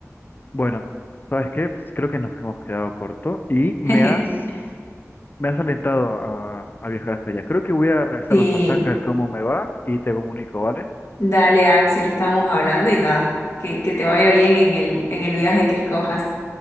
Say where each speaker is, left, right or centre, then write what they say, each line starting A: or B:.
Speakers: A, on the left; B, on the left.
A: Bueno, ¿sabes qué? Pues creo que nos hemos quedado corto y
B: <laughs>
A: me has, me has alentado a, a viajar hasta allá. Creo que voy a revisar
B: Sí.
A: los pasajes, a ver cómo me va y te comunico, ¿vale?
B: Dale, Axel, estamos hablando y nada, que, que te vaya bien en el, en el viaje que escojas.